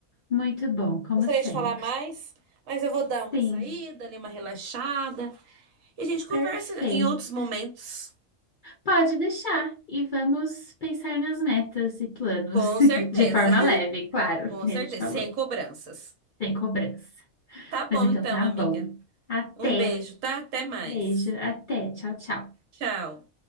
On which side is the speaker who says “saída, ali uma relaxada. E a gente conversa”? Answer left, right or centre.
Right